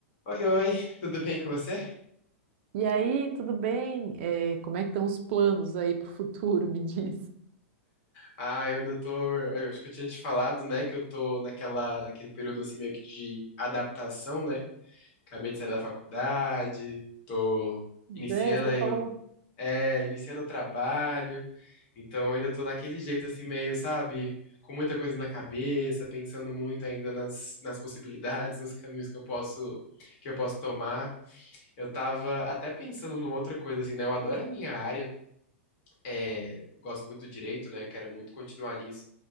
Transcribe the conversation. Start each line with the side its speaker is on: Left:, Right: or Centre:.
Left: Oi, oi, tudo bem com você?
Right: E aí, tudo bem? É, como é que estão os planos aí para o futuro? <laughs> Me diz.
Left: Ah, eu ainda tô. Eu acho que eu tinha te falado, né, que eu tô naquela, naquele período assim meio que de adaptação, né? Acabei de sair da faculdade, tô
Right: Né,
Left: iniciando
Right: você
Left: aí,
Right: falou.
Left: o- é, iniciando o trabalho, então ainda tô naquele jeito assim meio, sabe, com muita coisa na cabeça, pensando muito ainda nas, nas possibilidades, nos caminhos que eu posso que eu posso tomar. Eu tava até pensando numa outra coisa assim, né? Eu adoro a minha área. É, gosto muito do direito, né? Quero muito continuar nisso.